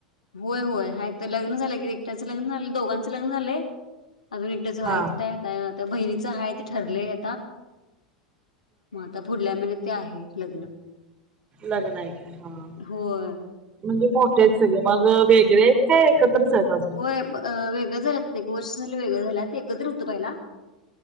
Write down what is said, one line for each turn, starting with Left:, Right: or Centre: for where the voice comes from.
Left: होय होय आहेय तर लग्न झालं कि, एकट्याचं लग्न झालं. दोघांच लग्न झालय, अजून एकट्याच व्हायचंय.
Right: हा
Left: त्या आता बहिणीच हाय ते ठरलय. मग आता पुुढल्या महिन्यात ते आहे लग्न
Right: लग्न आहे काय हा
Left: होय.
Right: म्हणजे मोठे आहेत सगळी, मग वेगळे आहेत काय एकत्रच आहेत अजून
Left: होय वेगळ झाल्यात आता एक व वर्ष झालं वेगळं झाल्यात एकत्र हुतं पहिला.